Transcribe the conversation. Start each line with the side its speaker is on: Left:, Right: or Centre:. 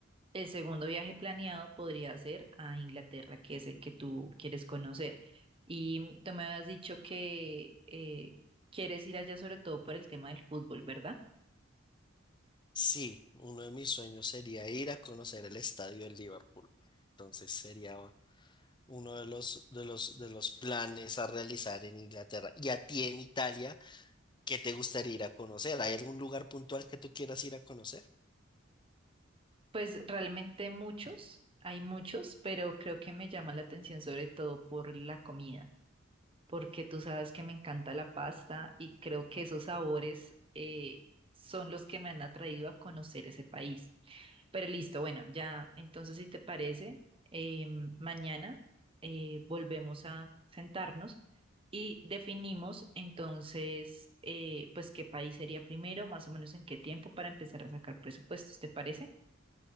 Right: El segundo viaje planeado podría ser a Inglaterra, que es el que tú quieres conocer. Y tú me habías dicho que eh, quieres ir allá sobre todo por el tema del fútbol, ¿verdad?
Left: Sí, uno de mis sueños sería ir a conocer el estadio de Liverpool. Entonces sería uno de los, de los, de los planes a realizar en Inglaterra. Y a ti en Italia, ¿qué te gustaría ir a conocer? ¿Hay algún lugar puntual que tú quieras ir a conocer?
Right: Pues realmente muchos, hay muchos, pero creo que me llama la atención sobre todo por la comida. porque tú sabes que me encanta la pasta y creo que esos sabores eh, son los que me han atraído a conocer ese país. Pero listo, bueno, ya, entonces si te parece, eh, mañana eh, volvemos a sentarnos y definimos entonces, eh, pues qué país sería primero, más o menos en qué tiempo para empezar a sacar presupuestos, ¿te parece?